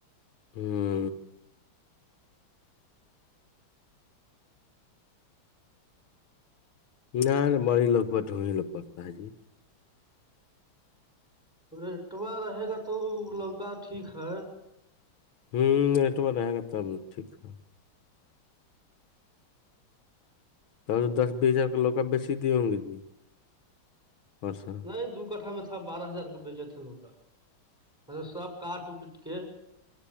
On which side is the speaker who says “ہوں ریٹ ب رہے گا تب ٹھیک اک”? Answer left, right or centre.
Left